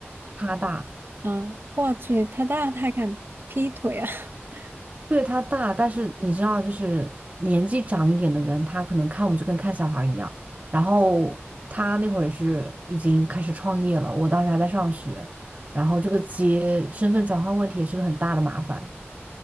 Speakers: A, on the right (about 35°); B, on the right (about 55°).
A: 他大，
B: 嗯，我去，他大他还敢劈腿啊！<laughs>
A: 对他大，但是你知道，就是年纪长一点的人，他可能看我们就跟看小孩儿一样，然后他那会儿也是已经开始创业了，我当时还在上学，然后这个接身份转换问题也是个很大的麻烦。